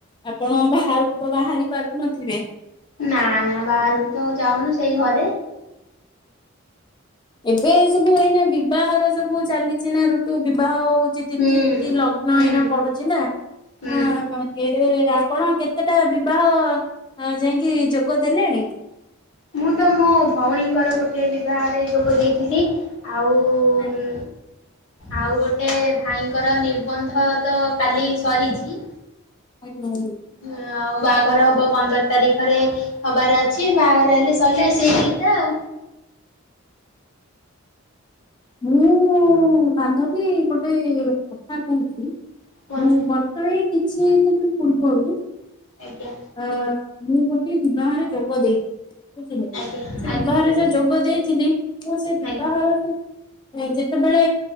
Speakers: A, on the left; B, on the left.
A: ଆପଣ ବାହାରୁକୁ ତ ବାହାରି ପାରୁନଥିବେ।
B: ନା ନା ବାହାରୁକୁ ତ ଯାଉନୁ ସେଇ ଘରେ।
A: ଏବେ ଏ ସବୁ ଏଇନା ବିବାହରେ ସବୁ ଚାଲିଚି ନା ଋତୁ ବିବାହ ହଉଚି। ତିଥି
B: ହୁଁ
A: ପିତି ଲଗ୍ନ
B: ହୁଁ
A: ଏଇନା ପଡୁଚି ନା।
B: ହୁଁ
A: ହଁ ଏ ଆପଣ କେତେଟା ବିବାହ ଆଁ ଯାଇଁକି ଯୋଗ ଦେଲେଣି?
B: ମୁଁ ତ ମୋ ଭଉଣୀଙ୍କର ଗୋଟେ ବିବାହରେ ଯୋଗ ଦେଇଥିଲି। ଆଉ ଉଁ
A: ଆଜ୍ଞା।
B: ଆଉ ଗୋଟେ ଭାଇଙ୍କର ନିର୍ବନ୍ଧ ତ କାଲି ସରିଚି।
A: <unintelligible>
B: ହଁ ଆଉ ବାହାଘର ହବ ପନ୍ଦର ତାରିଖରେ ହବାର ଅଛି ବାହାଘର ସଇଲେ ସଇଲା ଏ-ସେଇ ଦିଇଟା ଆଉ।
A: ମୁଁ ବାନ୍ଧବୀ ଗୋଟେ କଥା କହୁଚି
B: କୁହନ୍ତୁ
A: ମୁଁ ବ ପ୍ରାୟ କିଛି ଦିନ୍ ପୂର୍ବରୁ
B: ଆଜ୍ଞା।
A: ଅ ମୁଁ ଗୋଟିଏ ବିବାହରେ ଯୋଗ ଦେଇ ଥିଲି।
B: ଆଜ୍ଞା
A: ସେ
B: ଆଜ୍ଞା
A: ବିବାହରେ ଯେ ଯୋଗ ଦେଇଥିଲି ତ ସେ ବିବାହରକୁ
B: ଆଜ୍ଞା
A: ଯେତେବେଳେ